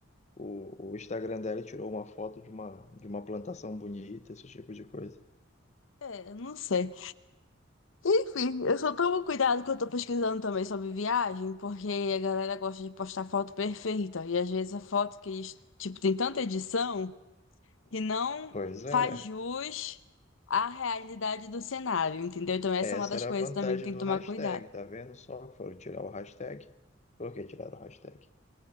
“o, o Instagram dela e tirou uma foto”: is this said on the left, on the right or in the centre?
Left